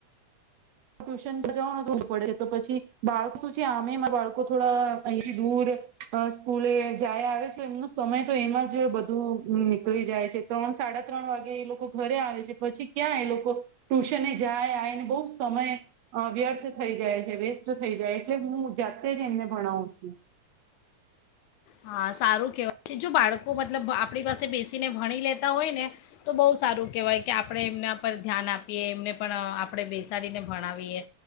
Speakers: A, on the right (about 70°); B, on the left (about 80°).
A: ટ્યુશન જવું ન તો દૂર પડે તો પછી બાળક શું છે આમે બાળકો થોડા અહીથી દૂર અ સ્કૂલે જાય આવે છે એમનો સમય તો એમાં જ બધું નીકળી જાય છે. ત્રણ, સાડા ત્રણ વાગે એ લોકો ઘરે આવે છે પછી ક્યાં એ લોકો ટ્યુશને જાય આયને બઉ સમય અ વ્યર્થ થઈ જાય છે, વેસ્ટ થઈ જાય એટલે હું જાતે જ એમને ભણાવું છું.
B: હા, સારું કેહેવાય છે. જો બાળકો મતલબ આપણી પાસે બેસીને ભણી લેતા હોયને તો બહુ સારું કહેવાય કે આપણે એમના પર ધ્યાન આપીએ એમને પણ આપણે બેસાડીને ભણાવીએ